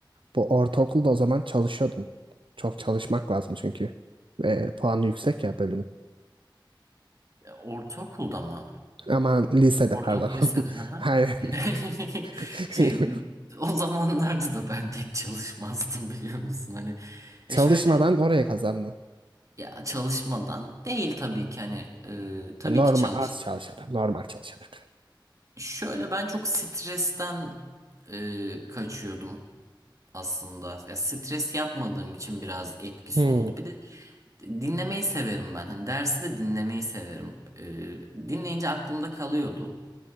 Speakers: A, on the right; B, on the right.
A: Bu ortaokulda o zaman çalışıyordum. Çok çalışmak lazım çünkü. E, puanı yüksek ya bölümün.
B: e, ortaokulda mı?
A: Aman lisede
B: Ortaokul
A: pardon.
B: lisede.
A: <laughs>
B: hı hı.
A: Hayır.
B: <laughs>
A: <laughs>
B: Şey o zamanlarda da ben pek çalışmazdım biliyor musun? Hani
A: Çalışmadan
B: e şöyle
A: oraya kazandım.
B: ya çalışmadan değil tabii ki hani e, tabii
A: Yani normal
B: ki çalış.
A: az çalışarak, normal çalışarak.
B: Şöyle ben çok stresten e, kaçıyordum aslında. Ya stres yapmadığım için biraz etkisi
A: Hmm,
B: oldu. Bir de dinlemeyi severim ben. Hani dersi de dinlemeyi severim. E, dinleyince aklımda kalıyordu.